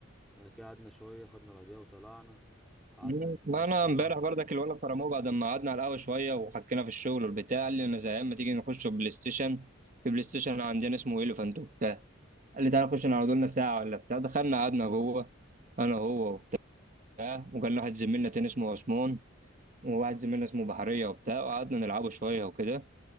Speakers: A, in the centre; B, on the right.
A: بعد كده قعدنا شويه خدنا بعديها وطلعنا قعدنا
B: مم.
A: نتمشى
B: ما انا
A: بقى
B: امبارح برضك الولد فرموه بعد ما قعدنا على القهوه شويه وحكينا في الشغل والبتاع قال لي انا زهقان ما تيجي نخش بلاي ستيشن في بلاي ستيشن عندنا اسمه ايليفانت وبتاع قال لي تعالى نخش نقعد لنا ساعه ولا بتاع دخلنا قعدنا جوه انا هو وبتاع وكان لنا واحد زميلنا تاني اسمه عثمان وواحد زميلنا اسمه بحريه وبتاع وقعدنا نلعبه شويه وكده